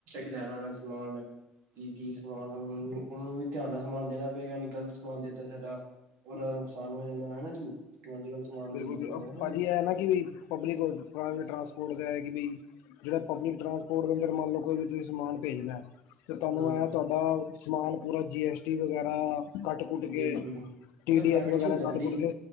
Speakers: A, on the right; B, on the left.
A: ਲੈਣਾ ਵ ਸਮਾਨ ਕੀ ਕੀ ਸਮਾਨ ਹੁਣ ਉਹਨੂੰ ਧਿਆਨ ਨਾਲ ਸਮਾਨ ਦੇਣਾ ਪਏਗਾ ਨੀ ਗ਼ਲਤ ਸਮਾਨ ਦੇਤਾ ਸਾਡਾ ਉਹਨਾ ਦਾ ਨੁਕਸਾਨ ਹੋ ਜਾਂਦਾ ਹੈਨਾ ਕੀ ਅੱਜ ਕੱਲ ਸਮਾਨ
B: ਬਿਲਕੁਲ
A: ਦਿੰਦੇ ਜਿਹੜਾ ਹਨਾ
B: ਭਾਜੀ
A: ਜੀ
B: ਇਹ ਨਾ ਕਿ ਬ ਪਬਲਿਕ ਪ੍ਰਾਈਵੇਟ ਟਰਾਂਸਪੋਰਟ ਦਾ ਹੈ ਕਿ ਬਈ ਜਿੜਾ ਪਬਲਿਕ ਟਰਾਂਸਪੋਰਟ ਦੇ ਅੰਦਰਨ ਮਨ ਲੋ ਕੋਵੀ ਤੁਸੀ ਸਮਾਨ ਭੇਜਨਾ ਅਤੇ ਤੁਹਾਨੂੰ
A: ਹੂੰ
B: ਐ ਤੁਹਾਡਾ ਸਮਾਨ ਪੂਰਾ ਜੀ ਐੱਸ ਟੀ ਵਗੈਰਾ ਕੱਟ ਕੁੱਟ ਕੇ
A: ਬਿਲਕੁਲ ਉਹ
B: ਟੀ ਡੀ
A: ਪ੍ਰਾਈਵੇਟ
B: ਐੱਸ ਵਗੈਰਾ
A: ਚ ਹੁੰਦਾ
B: ਕੱਟ
A: ਭਾਜੀ
B: ਕੁੱਟ ਕੇ